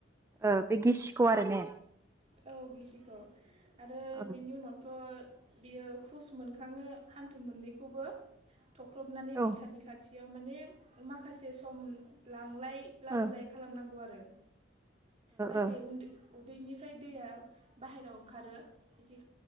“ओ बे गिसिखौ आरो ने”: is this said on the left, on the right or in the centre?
Right